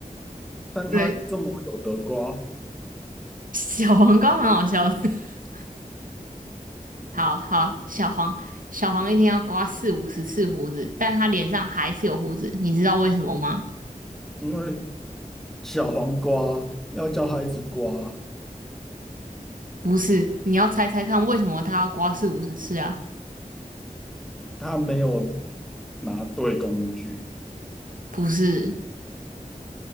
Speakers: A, in the centre; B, on the right.
A: 但它这么有得瓜，
B: 对，小黄刮蛮好笑的。<laughs> 好好，小黄小黄一天要刮四五十次胡子，但他脸上还是有胡子，你知道为什么吗？
A: 因为小黄瓜要叫它一直刮，
B: 不是，你要猜猜看为什么他要刮四五十次啊？
A: 它没有拿对工具，
B: 不是，